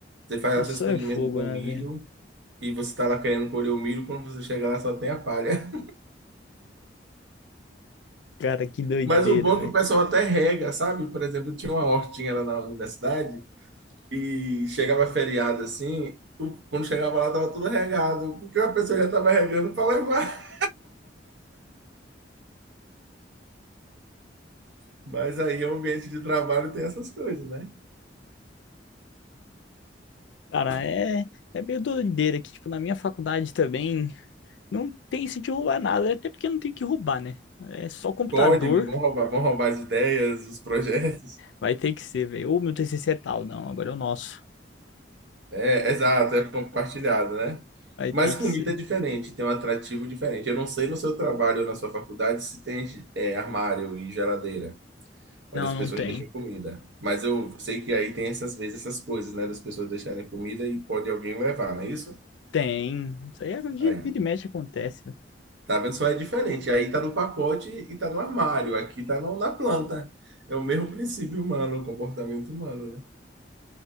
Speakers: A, on the right; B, on the left.
A: você faz
B: pessoal
A: o seu experimento
B: é fogo,
A: com
B: né,
A: milho
B: velho?
A: e você está lá querendo colher o milho, quando você chega lá só tem a palha.
B: Cara, que doideira,
A: Mas o bom
B: velho.
A: é que o pessoal até rega, sabe? Por exemplo, tinha uma hortinha lá na universidade e chegava feriado assim, o- quando chegava lá tava tudo regado, porque a pessoa já tava regando para levar. <laughs> Mas aí o ambiente de trabalho tem essas coisas, né?
B: Cara, é, é meio doideira que, tipo, na minha faculdade também não tem isso de roubar nada, até porque não tem que roubar, né? É só computador,
A: Código, vão roubar, vão roubar as ideias, os projetos.
B: vai ter que ser, velho. Ou meu TCC é tal, não, agora é o nosso.
A: É, exato, é compartilhado, né?
B: Vai
A: Mas
B: ter que
A: comida
B: ser.
A: é diferente, tem um atrativo diferente. Eu não sei no seu trabalho ou na sua faculdade se tem é, armário e geladeira.
B: Não,
A: onde as
B: não
A: pessoas
B: tem.
A: deixam comida. Mas eu sei que aí tem essas vezes, essas coisas, né? Das pessoas deixarem comida e pode alguém levar, não é isso?
B: Tem. Isso aí é vira
A: Aí,
B: vira e mexe acontece, velho.
A: tá vendo? Só é diferente. Aí tá no pacote e tá no armário. Aqui tá no- na planta. É o mesmo princípio humano, o comportamento humano, né?